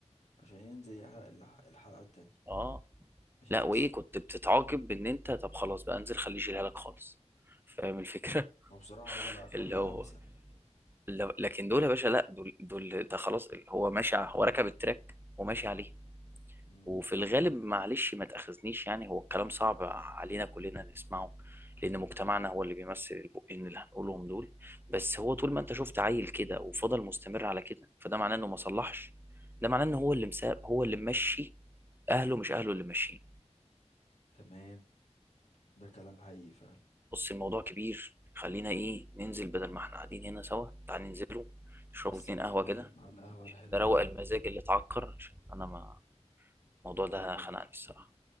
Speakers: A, on the left; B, on the right.
A: عشان ينزل يحلق الح- الحلقة التانية
B: اه
A: عشان
B: لا وايه
A: بس
B: كنت بتتعاقب بان انت طب خلاص بقى انزل خليه يشيلها لك خالص فاهم الفكره <laughs>
A: هو بصراحة هو ده العقاب
B: اللي
A: الأمثل
B: هو اللي... لكن دول يا باشا لا دول دول ده خلاص هو ماشي ع- هو ركب التراك وماشي عليه
A: مم.
B: وفي الغالب معلش ما تاخذنيش يعني هو الكلام صعب علينا كلنا نسمعه لان مجتمعنا هو اللي بيمثل البقين اللي هنقولهم دول بس هو طول ما انت شفت عيل كده وفضل مستمر على كده فده معناه انه ما صلحش ده معناه ان هو اللي مساب هو اللي ممشي اهله مش اهله اللي ماشيين
A: تمام ده كلام حقيقي فعلا
B: بص الموضوع كبير خلينا ايه ننزل بدل ما احنا قاعدين هنا سوا تعال ننزلوا نشربوا
A: يا سلام
B: اتنين قهوة كده
A: على القهوة الحلوة
B: ده روق المزاج اللي اتعكر عشان انا ما الموضوع ده
A: يلا
B: خنقني
A: بينا
B: الصراحة